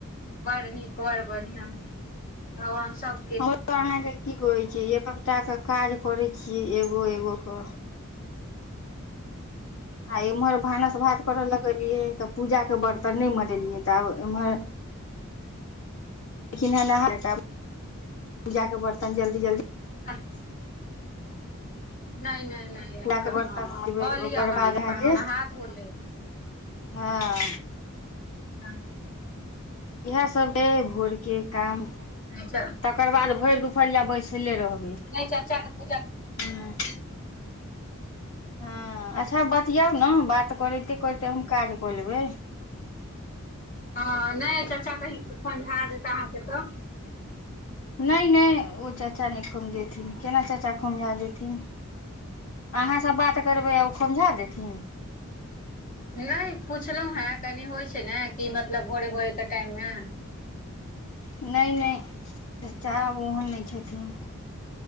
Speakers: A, on the left (about 40°); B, on the left (about 85°).
A: बड़ नीक बड़ बढ़ियां भगवान सब
B: हमर अहाँके की कहै छै एककटा क काज करै छियै एगो एगो कऽ
A: हं
B: आ इम्हर भानस भात करऽ लगलियै तऽ पूजाके बर्तन नय मजेलियै तऽ आब एमहर लेकिन ह पूजा के बर्तन जल्दी जल्दी
A: अच्छा <unintelligible> नय नय हँ
B: पूजा
A: कहा
B: के बर्तन मजेबै
A: लिअ ओकर बाद
B: अहाँके
A: फेर नहा धो लेब
B: हँ
A: हँ
B: इएहसब छै भोरके काम
A: नहि चल
B: तकर बाद भइर दुपहरिया बैसले रहबै
A: चर्चा <unintelligible>
B: हँ हँ बतियाउ ने बात कइरते कइरते हम काज कऽ लेबै
A: हँ नहि चाचा कही <unintelligible> फो भए जेतै अहाँके तऽ
B: नय नय ओ चाचा नहि खौझेथिन केना चाचा खौझा जेथिन अहाँ सब बात करबै ओ खौझा जेथिन
A: नहि पुछलहु हे कनी होइ छै ने कि मतलब भोरे भोरे के टाइम मे
B: नय नय साहब ओहन नहि छथिन